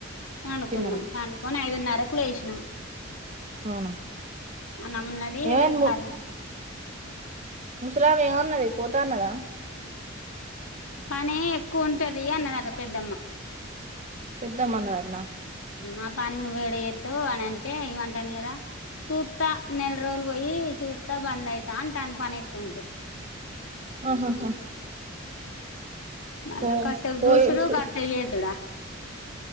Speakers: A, on the left; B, on the right.
A: పండుకున్నాం
B: తిన్నారా
A: పండుకొని ఐదున్నరకు లేసినాం
B: అవునా
A: అన్నం వున్నది
B: ఏమైంది
A: కర్రీ
B: ముసలమే ఏమన్నది పోత అన్నదా
A: పని ఎక్కువ ఉంటది అన్నది అంట పెద్దమ్మ
B: పెద్దమ్మ అన్నదంటన
A: ఆ పని నువ్వ ఎడ చేతవు అని అంటే <unintelligible> అంటాను కదా సూత నెల రోజులు పోయి సూత బంద్ అవుతా <unintelligible> పని ఎక్కుఉంటే
B: ఆహాహా
A: మళ్ళా
B: పో
A: కాసేపు
B: పోయి
A: చుసుడు
B: సు
A: <unintelligible>